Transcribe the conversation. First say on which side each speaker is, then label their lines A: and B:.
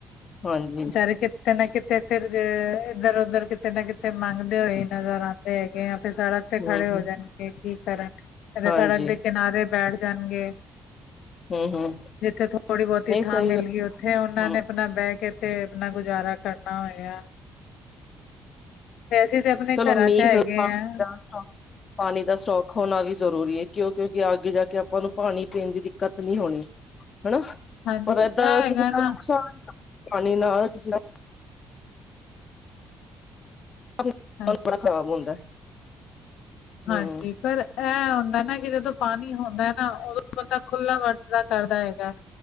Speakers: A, on the left (about 45°); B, on the left (about 85°).
A: ਹਾਂਜੀ,
B: ਜਦਕਿ ਕਿਤੇ ਨਾ ਕਿਤੇ ਫਿਰ ਇੱਧਰ ਉਧਰ ਕਿਤੇ ਨਾ ਕਿਤੇ ਮੰਗਦੇ ਹੋਏ ਨਜ਼ਰ ਆਉਂਦੇ ਹੈਗੇ ਆ। ਫੇਰ ਸੜਕ ਤੇ
A: ਹੂੰ,
B: ਖੜੇ ਹੋ
A: ਹੂੰ,
B: ਜਾਣਗੇ ਕੀ ਕਰਨ ਕਦੇ
A: ਹਾਂਜੀ,
B: ਸੜਕ ਦੇ ਕਿਨਾਰੇ ਬੈਠ ਜਾਣਗੇ।
A: ਹੂੰ, ਹੂੰ
B: ਜਿੱਥੇ ਥੋੜ੍ਹੀ ਬਹੁਤੀ
A: ਨਹੀਂ
B: ਥਾਂ
A: ਸਹੀ
B: ਮਿਲ
A: ਗੱਲ
B: ਗਈ ਉੱਥੇ ਉਹਨਾਂ
A: ਹੂੰ,
B: ਨੇ ਆਪਣਾ ਬਹਿ ਕੇ ਤੇ ਆਪਣਾ ਗੁਜ਼ਾਰਾ ਕਰਨਾ ਹੋਏ ਆ। ਵੈਸੇ ਤਾਂ ਅਸੀਂ ਤਾਂ ਆਪਣੇ
A: ਚਲੋ
B: ਘਰਾਂ
A: ਮੀਂਹ
B: ਚ ਹੈਗੇ
A: ਜ਼ਰੂਰ ਪਾਣੀ
B: ਹਾਂ।
A: ਦਾ ਸਟੋਕ ਪਾਣੀ ਦਾ ਸਟੋਕ ਹੋਣਾ ਵੀ ਜ਼ਰੂਰੀ ਏ। ਕਿਉਂ ਕਿਉਂਕਿ ਅਗੇ ਜਾ ਕੇ ਆਪਾਂ ਨੂੰ ਪਾਣੀ ਪੀਣ ਦੀ ਦਿੱਕਤ ਨਹੀਂ ਹੋਣੀ ਹਨਾ।
B: ਹਾਂਜੀ
A: ਪਰ ਏਦਾਂ
B: ਇਹ ਹੈਗਾ
A: ਕਿਸੇ ਦਾ
B: ਨਾ
A: ਨੁਕਸਾਨ ਪਾਣੀ ਨਾਲ ਕਿਸੇ ਦਾ ਮਨ
B: ਹਾਂਜੀ
A: ਬੜਾ ਖਰਾਬ ਹੁੰਦਾ। ਹੂੰ,
B: ਹਾਂਜੀ ਪਰ ਇਹ ਹੁੰਦਾ ਨਾ ਕਿ ਜਦੋਂ ਪਾਣੀ ਹੁੰਦਾ ਨਾ ਉਦੋਂ ਬੰਦਾ ਖੁੱਲਾ ਵਰਤ ਕਰਦਾ ਹੈਗਾ